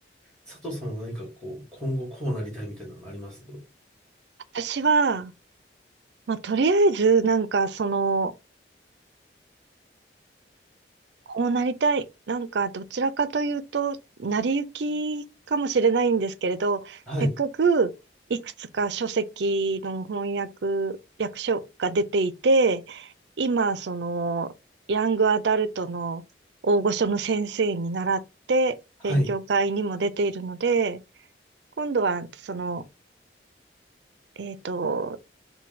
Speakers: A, in the centre; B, on the right (about 70°).
A: 佐藤さんは何かこう、今後こうなりたいみたいなのあります
B: 私は、まあ、とりあえず、なんか、その、こうなりたい。なんか、どちらかというと、成り行きかもしれないんですけれど、
A: はい。
B: せっかくいくつか書籍の翻訳、訳書が出ていて、今、その、ヤングアダルトの大御所の先生に習って、
A: はい。
B: 勉強会にも出ているので、今度は、その、えっと、